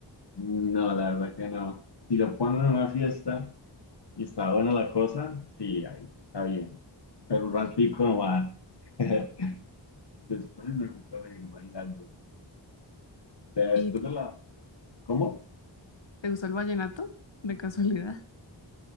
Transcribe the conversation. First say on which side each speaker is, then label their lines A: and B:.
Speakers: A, on the left; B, on the left.
A: No, la verdad que no. Si lo ponen en una fiesta y está buena la cosa, sí, ahí está bien. Pero un ratico no va. <laughs> Después me gusta seguir bailando. Después
B: ¿Y te
A: de la... ¿Cómo?
B: te gusta el vallenato? De casualidad.